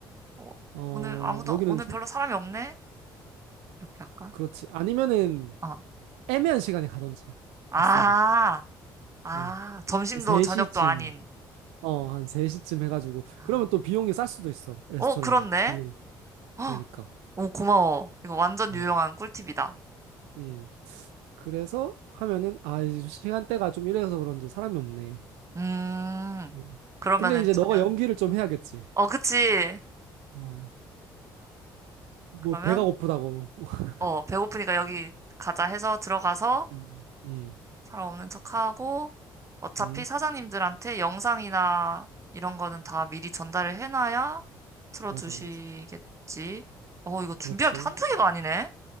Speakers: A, on the right; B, on the right.
A: 어,
B: 어,
A: 오늘 아무도,
B: 여기는
A: 오늘
B: 손,
A: 별로 사람이 없네? 이렇게 할까?
B: 그렇지. 아니면은
A: 어.
B: 애매한 시간에 가던지.
A: 아,
B: 아싸리.
A: 아,
B: 어,
A: 점심도
B: 한 3시쯤,
A: 저녁도 아닌.
B: 어, 한 3시쯤 해가지고,
A: 아,
B: 그러면 또 비용이 쌀 수도 있어. 레스토랑
A: 어, 그렇네?
B: 빌리는.
A: 어,
B: 그러니까,
A: 오, 고마워. 이거 완전
B: 어,
A: 유용한 꿀팁이다.
B: 음. 그래서 하면은, 아, 이제 시간대가 좀 이래서 그런지 사람이 없네.
A: 음,
B: 음.
A: 그러면은
B: 근데 이제
A: 저녁,
B: 너가 연기를 좀 해야겠지.
A: 어, 그치.
B: 어, 뭐,
A: 그러면,
B: 배가 고프다고. <laughs>
A: 어, 배고프니까 여기 가자 해서 들어가서
B: 음, 음,
A: 사람 없는 척하고 어차피
B: 음,
A: 사장님들한테 영상이나 이런 거는 다 미리 전달을 해놔야 틀어주시겠지.
B: 맞아, 맞아.
A: 어, 이거 준비할
B: 그렇지.
A: 게 한두 개가 아니네.